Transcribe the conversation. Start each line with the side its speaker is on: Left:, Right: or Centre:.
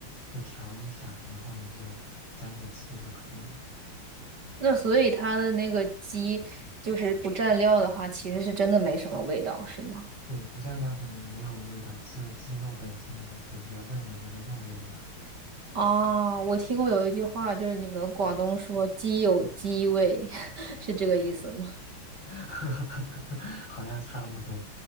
Left: 就调一下，然后你就蘸着吃就可以了。
Right: 那所以它的那个鸡就是不蘸料的话，其实是真的没什么味道，是吗？
Left: 对，不蘸料就没有味道，只有鸡肉本身的那些比较嫩的那个肉味吧。
Right: 啊，我听过有一句话，就是你们广东说“鸡有鸡味”，
Left: 嗯，
Right: <laughs> 是这个意思吗？
Left: <laughs> 好像差不多。